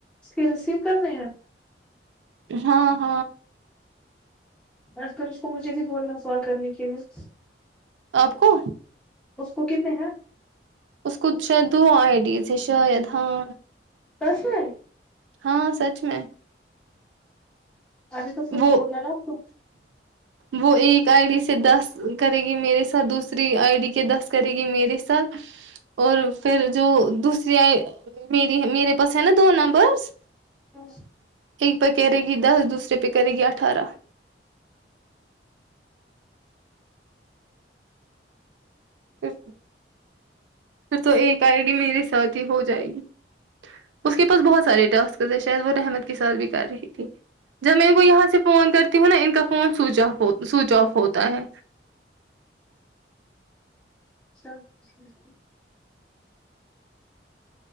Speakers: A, in the centre; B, on the right (about 85°).
A: سکلس ہی کرنے ہیں
B: جہاں
A: آس کر اس کو مجھے بھی بولنا کال کرنے کے لیے
B: آپ کو
A: اس کو کتنے ہیں
B: اس کو شاید دو آئی ڈیز شاید ہاں
A: سچ میں
B: ہاں سچ میں
A: ارے تو پھر
B: وہ
A: بولنا نا آپ کو
B: وہ ایک آئی ڈی سے دس کرے گی میرے ساتھ دوسری آئی ڈی کے دس کرے گی میرے ساتھ اور پھر جو دوسری ائی میری میرے پاس ہے نا دو نمبرس
A: ہاں
B: ایک پہ کرے گی دس دوسرے پہ کرے گی اٹھارہ ھر پھر تو ایک آئی ڈی میرے ساتھ ہی ہو جائے گی اس کے پاس بہت سارے ٹاسکز ہیں شاید وہ رحمت کے ساتھ بھی کر رہی تھی جب میں ان کو یہاں سے فون کرتی ہوں نا ان کا phone switch off switch off ہوتا ہے
A: <unintelligible>